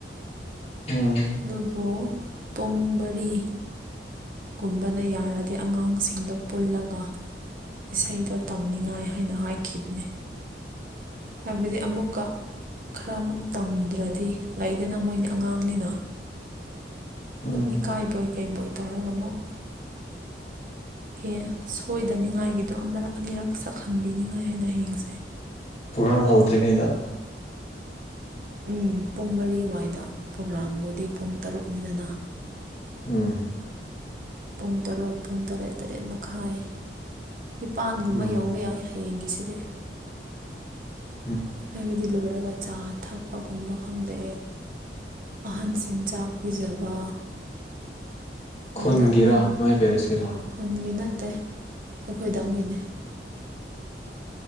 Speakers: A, on the left; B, on the right.
A: ꯎꯝ
B: ꯑꯗꯨꯕꯨ ꯄꯨꯡ ꯃꯔꯤ ꯨꯒꯨꯝꯕꯗ ꯌꯥꯔꯗꯤ ꯑꯉꯥꯡꯁꯤꯡꯗꯣ ꯄꯨꯜꯂꯒ ꯏꯁꯩꯗꯣ ꯇꯝꯅꯤꯡꯉꯥꯏ ꯍꯥꯏꯅ ꯍꯥꯏꯈꯤꯕꯅꯦ ꯍꯥꯏꯕꯗꯤ ꯑꯃꯨꯛꯀ ꯈꯔ ꯑꯃꯨꯛ ꯇꯝꯗ꯭ꯔꯗꯤ ꯂꯩꯗꯅ ꯃꯣꯏꯅꯤ ꯑꯉꯥꯡꯅꯤꯅ
A: ꯎꯝ
B: ꯑꯗꯨꯝ ꯏꯀꯥꯏꯕꯣꯏ ꯀꯩꯕꯣꯏ ꯇꯧꯔꯒ ꯑꯃꯨꯛ ꯑꯦ ꯁꯣꯏꯗꯅꯤꯡꯉꯥꯏꯒꯤꯗꯣ ꯑꯃꯔꯛ ꯑꯅꯤꯔꯛ ꯁꯛꯍꯟꯕꯤꯅꯤꯉꯥꯏ ꯍꯥꯏꯅ ꯍꯌꯦꯡꯁꯦ
A: ꯄ꯭ꯔꯣꯒꯥꯝ ꯍꯧꯗ꯭ꯔꯤꯉꯩꯗ
B: ꯎꯝ ꯄꯨꯡ ꯃꯔꯤꯋꯥꯏꯗ ꯄ꯭ꯔꯣꯒ꯭ꯔꯥꯝꯕꯨꯗꯤ ꯄꯨꯡ ꯇꯔꯨꯛꯅꯤꯗꯅ
A: ꯎꯝ
B: ꯄꯨꯡ ꯇꯔꯨꯛ ꯄꯨꯡ ꯇꯔꯦꯠ ꯇꯔꯦꯠ ꯃꯈꯥꯏ ꯅꯤꯄꯥꯟꯒꯨꯝꯕ
A: ꯎꯝ
B: ꯌꯧꯕ ꯌꯥꯏ ꯍꯌꯦꯡꯒꯤꯁꯤꯗꯤ
A: <inaudible>
B: ꯍꯥꯏꯕꯗꯤ ꯂꯣꯏꯔꯒ ꯆꯥ ꯊꯛꯄꯒꯨꯝꯕ ꯈꯪꯗꯦ ꯑꯍꯟꯁꯤꯡ ꯆꯥꯛ ꯄꯤꯖꯕ ꯑꯗꯨꯗ
A: ꯈꯨꯟꯒꯤꯔꯣ
B: ꯑꯩꯈꯣꯏꯕꯨ
A: ꯅꯣꯏ ꯄꯦꯔꯤꯁꯀꯤꯔꯣ
B: ꯈꯨꯟꯒꯤ ꯅꯠꯇꯦ ꯑꯩꯈꯣꯏꯗꯪꯒꯤꯅꯦ